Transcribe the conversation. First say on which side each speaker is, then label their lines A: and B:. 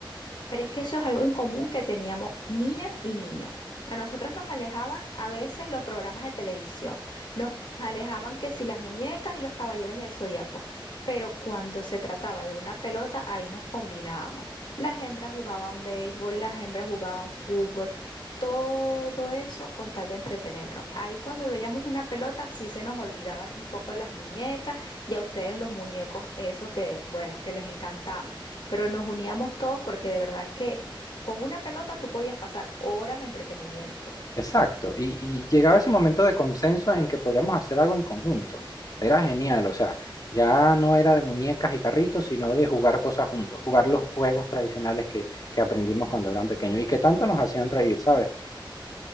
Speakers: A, on the left; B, on the left.
A: Pero es que eso es algo en común que teníamos niñas y niños. A nosotros nos alejaban a veces los programas de televisión, nos alejaban que si las muñecas y los caballeros del zodiaco, pero cuando se trataba de una pelota, ahí nos combinábamos. Las hembras jugaban béisbol, las hembras jugaban fútbol, todo eso con tal de entretenernos. Ahí cuando veíamos una pelota, sí se nos olvidaban un poco las muñecas y a ustedes los muñecos, esos que, bueno, que les encantaba pero nos uníamos todos porque de verdad que con una pelota tú podías pasar horas de entretenimiento.
B: Exacto, y, y llegaba ese momento de consenso en que podíamos hacer algo en conjunto. Era genial, o sea, ya no era de muñecas y carritos, sino de jugar cosas juntos, jugar los juegos tradicionales que, que aprendimos cuando eran pequeños y que tanto nos hacían reír, ¿sabes?